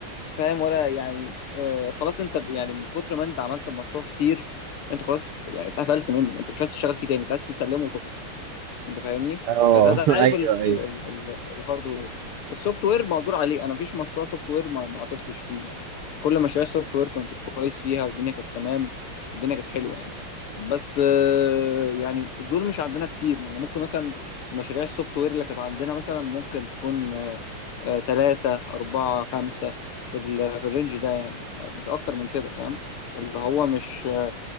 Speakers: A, on the left; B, on the right.
A: فاهم ولا يعني آه خلاص انت ب- يعني من كتر ما انت عملت مشروع كتير انت خلاص يعني اتقفلت منه انت مش عايز تشتغل فيه تاني انت عايز تسلمه وتخلص انت فاهمني
B: اه <laughs>
A: فده ده عيب
B: ايوه
A: ال-
B: ايوه
A: ال- ال- الهاردوير السوفت وير مقدور عليه انا مفيش مشروع سوفت وير ما ما عطلتش فيه يعني كل مشاريع السوفت وير كنت كويس فيها والدنيا كانت تمام والدنيا كانت حلوه يعني بس آه، يعني دول مش عندنا كتير يعني ممكن مثلا مشاريع السوفت وير اللي كانت عندنا مثلا ممكن تكون آه، آه، تلاتة أربعة خمسة في ال- في الرينج ده يعني م- مش أكتر من كده فاهم اللي هو مش آه،